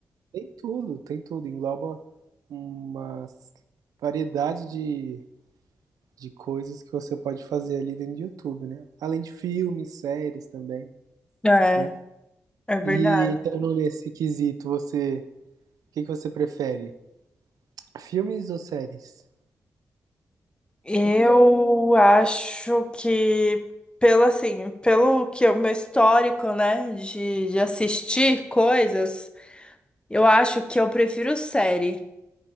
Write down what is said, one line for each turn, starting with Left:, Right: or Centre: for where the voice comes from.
Right: tem tudo, tem tudo, engloba uma variedade de de coisas que você pode fazer ali dentro do YouTube, né? Além de filmes, séries também,
Left: É,
Right: né?
Left: é verdade.
Right: E entrando nesse quesito, você, o que que você prefere? Filmes ou séries?
Left: Eu acho que, pelo assim, pelo que é o meu histórico, né, de, de assistir coisas, eu acho que eu prefiro série.